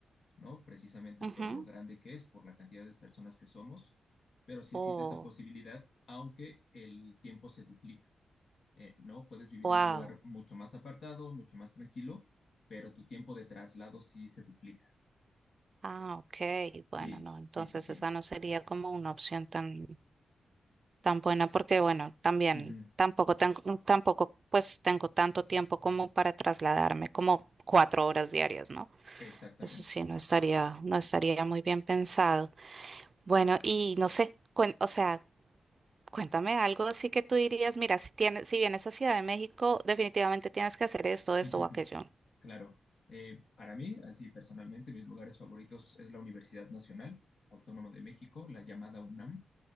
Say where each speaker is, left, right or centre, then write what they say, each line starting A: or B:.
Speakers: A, on the left; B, on the right.
A: ¿no? Precisamente
B: Ujú.
A: por lo grande que es, por la cantidad de personas que somos, pero sí
B: Oh,
A: existe esa posibilidad, aunque el tiempo se duplica. eh, ¿no? Puedes vivir
B: wow.
A: en un lugar mucho más apartado, mucho más tranquilo, pero tu tiempo de traslado sí se duplica.
B: Ah, ok. Bueno,
A: Sí,
B: no, entonces
A: sí, sí, sí.
B: esa no sería como una opción tan... tan buena porque, bueno, también
A: Ujú,
B: tampoco tengo, tampoco pues tengo tanto tiempo como para trasladarme, como cuatro horas diarias, ¿no?
A: Exactamente.
B: Eso sí, no estaría, no estaría muy bien pensado. Bueno, y no sé, cuen- o sea, cuéntame algo así que tú dirías, mira, si tienes, si vienes a Ciudad de México, definitivamente tienes que hacer esto, esto
A: <laughs>
B: o aquello.
A: Claro. Eh, para mí, así personalmente, mis lugares favoritos es la Universidad Nacional Autónoma de México, la llamada UNAM.